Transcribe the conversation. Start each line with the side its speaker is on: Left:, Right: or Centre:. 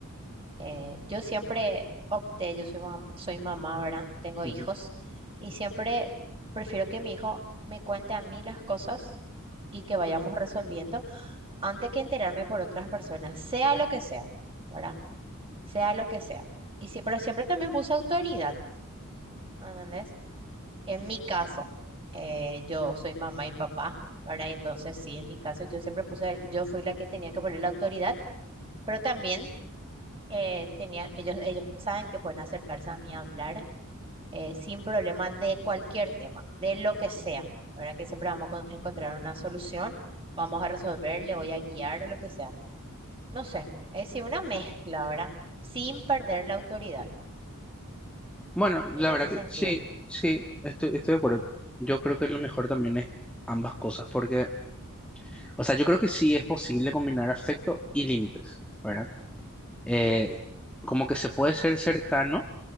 Right: Eh, yo siempre opté, yo soy, mam- soy mamá, ¿verdad? Tengo
Centre: Ujú.
Right: hijos y siempre prefiero que mi hijo me cuente a mí las cosas y que vayamos resolviendo antes que enterarme por otras personas, sea lo que sea, ¿verdad? sea lo que sea. Y sí, pero siempre también puse autoridad, ¿entendés? En mi caso, eh, yo soy mamá y papá, ¿verdad? Entonces, sí, en mi caso yo siempre puse, yo fui la que tenía que poner la autoridad, pero también eh, tenía, ellos, ellos saben que pueden acercarse a mí a hablar eh, sin problema de cualquier tema, de lo que sea, ¿verdad? Que siempre vamos a con- encontrar una solución, vamos a resolver, le voy a guiar, lo que sea. No sé, es decir, una mezcla, ¿verdad? Sin perder la autoridad.
Centre: Bueno, la
Right: en ese
Centre: verdad que
Right: sentido.
Centre: sí, sí, estoy, estoy de acuerdo. Yo creo que lo mejor también es ambas cosas, porque, o sea, yo creo que sí es posible combinar afecto y límites, ¿verdad? Eh, como que se puede ser cercano,